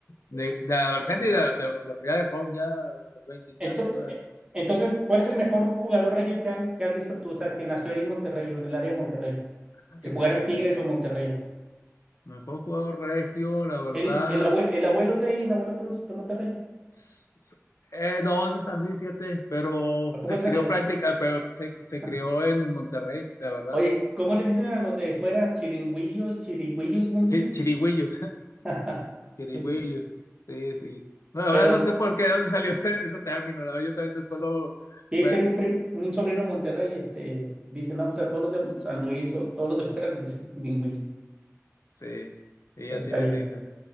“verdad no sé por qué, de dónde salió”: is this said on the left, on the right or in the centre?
Left